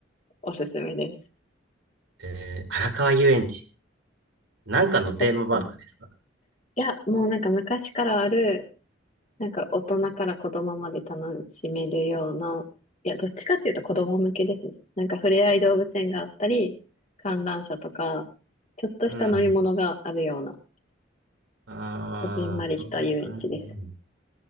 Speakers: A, on the left; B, on the right.
A: おすすめで
B: えー、荒川遊園地。なんかのテーマパークですか
A: す。そこ。いや、もうなんか昔からある、なんか大人から子供まで楽しめるような、いや、どっちかっていうと子供向けですね。なんか触れ合い動物園があったり、観覧車とか、ちょっとした乗り物があるような、
B: うん。ああ、
A: こじんまりした遊園地です。
B: そういう感じ。